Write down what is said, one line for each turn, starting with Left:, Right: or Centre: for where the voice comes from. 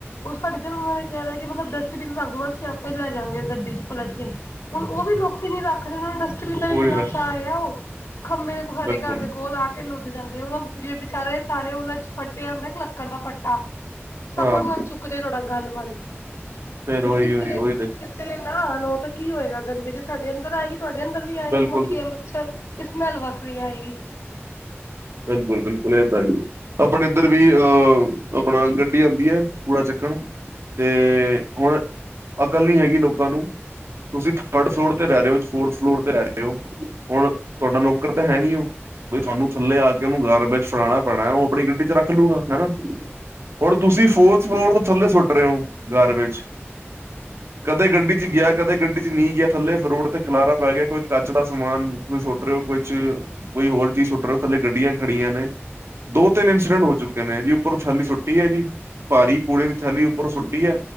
Left: ਓ ਸਾਡੇ ਤੇ ਓਨਾ ਨੇ ਕਿਆ ਵਾ ਮਤਲਬ ਡਸਟਬੀਨ ਰੱਖ ਦਿਓ ਬਸ ਅਸੀ ਆਪਾਂ ਈ ਲੈ ਜਾਂਗੇ ਗੱਡੀ ਚ ਪਲਟ ਕੇ। ਹੁਨ ਓ ਵੀ ਲੋਕੀ ਨੀ ਰੱਖਦੇ ਹੁਨ ਦੱਸ <unintelligible>
Right: ਉਹੀ
Left: ਸਾਡੇ
Right: ਬਿਲਕੁਲ
Left: ਘਰ ਦੇ ਕੋਲ ਆ ਤੇ ਲੁਕ ਜਾਂਦੇ ਆ ਵਿਚਾਰੇ ਸਾਰੇ ਓਨਾਂ ਚ ਹੁੰਦਾ ਲੱਕੜ ਦਾ ਫੱਟਾ। ਸਬ
Right: ਹਾਂ
Left: ਓਦੇ ਨਾਲ ਚੁੱਕਦੇ ਐ ਤੁਆਡਾ ਗੰਦ-ਮੰਦ,
Right: ਫੇਰ
Left: ਹੁਨ
Right: ਉਹੀ
Left: ਕਿਸੇ
Right: ਉਹੀ
Left: ਨੇ
Right: ਉਹੀ
Left: ਕਿਸੇ ਨੇ ਨਾ ਲੋ ਤੇ ਕੀ ਹੋਏਗਾ ਗੰਦਗੀ ਸਾਡੇ ਅੰਦਰ ਆਏਗੀ ਤੁਆਡੇ ਅੰਦਰ ਵੀ
Right: ਬਿਲਕੁਲ
Left: ਆਏਗੀ ਮੱਖੀਆਂ
Right: ਬਿਲਕੁਲ
Left: ਮੱਛਰ ਇਸ ਨਾਲ ਵੱਖ ਵੀ ਆਏਗੀ।
Right: ਬਿਲਕੁਲ-ਬਿਲਕੁਲ ਏ ਤਾਂ ਹੈ ਜੀ। ਆਪਨੇ ਏਦਰ ਵੀ ਅਹ ਆਪਨਾ ਗੱਡੀ ਔਂਦੀ ਐ ਕੂੜਾ ਚੱਕਨ ਤੇ ਹੁਨ ਅਕਲ ਨੀ ਹੈਗੀ ਲੋਕਾਂ ਨੂੰ ਤੁਸੀਂ ਥਰਡ ਫਲੋਰ ਤੇ ਰੈ ਰਏ ਓ, ਫੋਰਥ ਫਲੋਰ ਤੇ ਰੈ ਰਏ ਓਂ, ਹੁਨ ਤੁਆਡਾ ਨੂੰ ਨੌਕਰ ਤਾਂ ਹੈ ਨੀ ਓ, ਬਈ ਥੁਆਨੂੰ ਥੱਲੇ ਆ ਕੇ ਓਨੂੰ ਗਾਰਬੇਜ ਫੜਾਨਾ ਪੈਨਾ ਓ ਆਪਨੀ ਗੱਡੀ ਚ ਰੱਖ ਲੂਗਾ ਹਨਾ। ਹੁਨ ਤੁਸੀਂ ਫੋਰਥ ਫਲੋਰ ਤੋਂ ਥੱਲੇ ਸੁੱਟ ਰਏ ਓਂ ਗਾਰਬੇਜ। ਕਦੇ ਗੱਡੀ ਚ ਗਿਆ ਕਦੇ ਗੱਡੀ ਚ ਨਈਂ ਗਿਆ ਥੱਲੇ ਰੋਡ ਤੇ ਖਿਲਾਰਾ ਪੈ ਗਿਆ। ਕੋਈ ਕੱਚ ਦਾ ਸਮਾਨ ਤੁਸੀ ਸੁੱਟ ਰਏ ਓਂ ਕੁਛ, ਕੋਈ ਹੋਰ ਚੀਜ਼ ਸੁੱਟ ਰਏ ਓਂ ਥੱਲੇ ਗੱਡੀਆਂ ਖੜੀਆਂ ਨੇ। ਦੋ ਤਿੰਨ ਐਕਸੀਡੈਟ ਹੋ ਚੁੱਕੇ ਨੇ ਜੀ ਉੱਪਰੋ ਥੈਲੀ ਸੁੁੱਟੀ ਐ ਜੀ। ਭਾਰੀ ਕੂੜੇ ਦੀ ਥੈਲੀ ਉੱਪਰੋ ਸੁੱਟੀ ਐ।